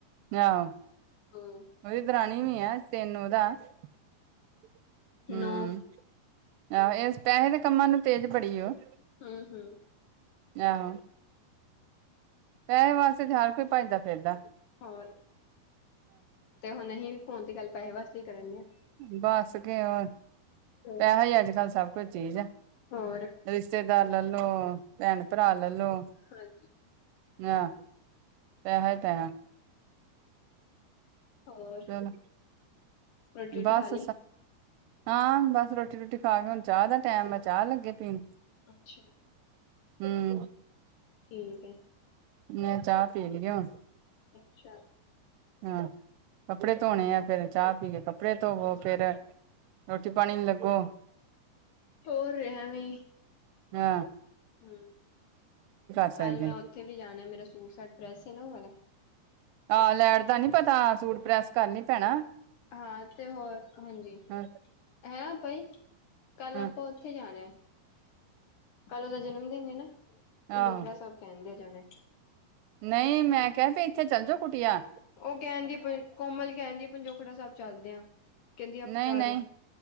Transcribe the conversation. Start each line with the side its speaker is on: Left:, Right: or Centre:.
Right: ਆਹੋ
Left: ਹੂੰ,
Right: ਉਹਦੀ ਦਰਾਣੀ ਵੀ ਹੇ <unintelligible> ਉਦਾ ਹੂੰ,
Left: ਨੌ
Right: ਆਹੋ ਇਸ ਪੈਸੇ ਦੇ ਕੰਮਾਂ ਨੂੰ ਤੇਜ਼ ਬੜੀ ਉਹ
Left: ਹੂੰ-ਹੂੰ।
Right: ਆਹੋ। ਪੈਸੇ ਵਾਸਤੇ ਤੇ ਹਰ ਕੋਈ ਭੱਜਦਾ-ਫਿਰਦਾ।
Left: ਹੋਰ ਤੇ ਹੁਣ ਅਸੀਂ ਵੀ ਫੋਨ ਤੇ ਗੱਲ ਪੈਸੇ ਵਾਸਤੇ ਹੀ ਕਰਨ ਦੇ ਆ।
Right: ਬਸ ਕਿ ਹੋਰ,
Left: ਆ,
Right: ਪੈਸਾ ਹੀ ਅੱਜ-ਕੱਲ ਸਭ ਕੁਝ ਚੀਜ਼ ਹੈ।
Left: ਹੋਰ।
Right: ਰਿਸ਼ਤੇਦਾਰ ਲੈਲੋ, ਭੈਣ ਭਰਾ ਲੈਲੋ।
Left: ਹਾਂਜੀ,
Right: ਨਾ ਪੈਹਾ, ਪੈਹਾ।
Left: ਹੋਰ
Right: ਚਲੋ,
Left: ਰੋਟੀ ਰੂਟੀ
Right: ਬਾਸ।
Left: ਖਾ ਲਈ?
Right: ਹਾਂ ਬਸ ਰੋਟੀ ਰੋਟੀ ਖਾ ਕੇ ਹੁਣ ਚਾਹ ਦਾ ਟੈਮ ਆ ਚਾਹ ਲੱਗੇ ਪੀਣ
Left: ਅੱਛਾ,
Right: ਹੂੰ,
Left: ਠੀਕ ਹੈ,
Right: ਮੈਂ ਚਾਹ ਪੀ ਲਈ ਐ।
Left: ਅੱਛਾ,
Right: ਹਾਂ ਕੱਪੜੇ ਧੋਣੇ ਆ, ਫੇਰ ਚਾਹ ਪੀ ਕੇ ਕੱਪੜੇ ਧੋਵੋ ਫੇਰ ਰੋਟੀ ਪਾਣੀ 'ਚ ਲੱਗੋ।
Left: ਹੋਰ ਐਵੀ
Right: ਆ
Left: <inaudible> ਹੂੰ
Right: ਸਕਦੇ
Left: ਕੱਲ ਮੈਂ ਉੱਥੇ ਵੀ ਜਾਣਾ ਮੇਰਾ ਸੂਟ-ਸਾਟ ਪ੍ਰੈਸ ਸੀ ਨਾ ਓਹ ਵਾਲਾ।
Right: ਆਹ ਲੈਟ ਦਾ ਨੀ ਪਤਾ ਸੂਟ ਪ੍ਰੈਸ ਕਰਲੀ ਪੈਣਾ।
Left: ਹਾਂ ਤੇ ਹੋਰ ਹਾਂਜੀ,
Right: ਹਾਂ
Left: ਹੈਂ ਭਾਈ ਕੱਲ
Right: ਹਾਂ
Left: ਆਪਾ ਕਿੱਥੇ ਜਾਣਾ ਕੱਲ ਉਹਦਾ ਜਨਮ ਦਿਨ ਹੈ ਨਾ, ਪੰਜੋਕੜਾ
Right: ਆਹੋ
Left: ਸਾਹਿਬ। ਕਹਦੇ ਜਨੇ।
Right: ਨਹੀਂ ਮੈਂ ਕਿਹਾ ਵੀ ਇੱਥੇ ਚੱਲ ਜਾਓ ਕੁਟਿਆ।
Left: ਉਹ ਕਹਿਣਦੀ ਪਈ, ਕੋਮਲ ਕਹਿੰਦੀ ਪੰਜੋਖੜਾ ਸਾਹਿਬ ਚੱਲਦੇ ਆ, ਕਹਦੀ ਆਪਾ
Right: ਨਹੀਂ
Left: ਚਾਰੋ।
Right: ਨਹੀਂ